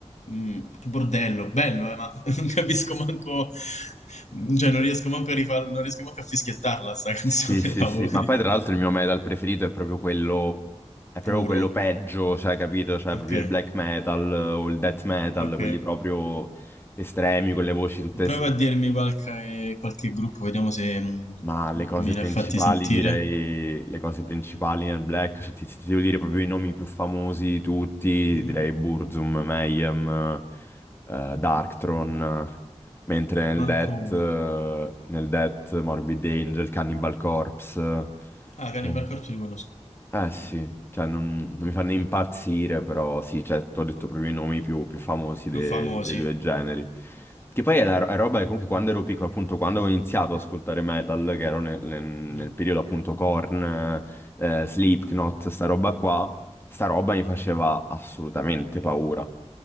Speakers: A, on the left (about 80°); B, on the left (about 20°).
A: mm, che bordello, bello, eh, ma <laughs> non capisco manco, cioè non riesco manco a rifarlo, non riesco manco a fischiettarla sta canzone,
B: Sì, sì,
A: <laughs> cavolo,
B: sì,
A: quindi,
B: ma poi tra l'altro il mio metal preferito è proprio quello, è proprio
A: puro,
B: quello peggio, cioè, capito? Cioè,
A: ok,
B: proprio il black metal eh, o il death metal,
A: ok.
B: quelli proprio estremi, con le voci tutte...
A: Prova
B: s-
A: a dirmi qualche, qualche gruppo, vediamo se mm,
B: Ma le cose
A: mi ne
B: principali,
A: ha fatti sentire.
B: direi, le cose principali nel black, cioè, ti, ti devo dire proprio i nomi più famosi di tutti,
A: Mhm,
B: direi Burzum, Mayhem, eh, Darkthrone, eh, mentre nel
A: Manco
B: death,
A: uno.
B: eh, nel death Morbid Angel, Cannibal Corpse...
A: Ah, Cannibal
B: eh,
A: Corpse li conosco.
B: Eh sì, cioè non, non mi fa né impazzire, però sì, cioè, ti ho detto proprio i nomi più, più famosi
A: Più
B: de-
A: famosi.
B: dei due generi. Che poi è, la, è roba che comunque quando ero piccolo, appunto, quando ho iniziato ad ascoltare metal, che ero nel, nel- nel
A: Mm.
B: periodo appunto Korn, eh, Slipknot, sta roba qua, sta roba mi faceva assolutamente paura.